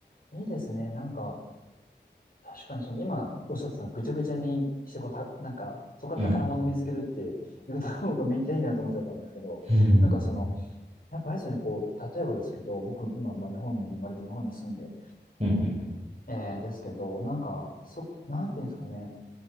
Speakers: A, on the left (about 55°); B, on the right (about 35°).
A: ん。いいですね。なんか、確かにその今おっしゃってたのぐちゃぐちゃにしてこうた、なんか、そこから宝物見つけるっていう言い方の方がめっちゃいいなと思っちゃったんですけど、
B: うん。うん。
A: なんかその、やっぱあれですよね、こう、例えばですけど、僕、今、まあ、日本に生まれて日本に住んで、
B: うん。うん。うん。
A: えー、ですけど、なんか、そ、なんていうんですかね、